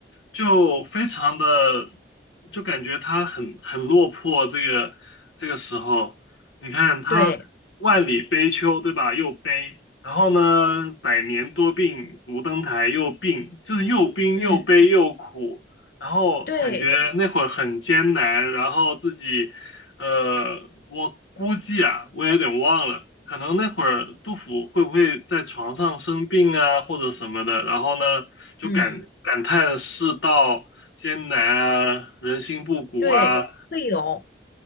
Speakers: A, on the left; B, on the left.
A: 就非常的，就感觉他很很落魄。这个这个时候，你看他万里悲秋，
B: 对，
A: 对吧？又悲，然后呢，百年多病独登台又病，就是又病又悲又苦。
B: 嗯，
A: 然后感觉那会儿很艰难，
B: 对，
A: 然后自己呃，我估计啊，我也有点忘了，可能那会儿杜甫会不会在床上生病啊，或者什么的，然后呢，就感感叹世道艰难啊，
B: 嗯，
A: 人心不古啊，
B: 对，会有。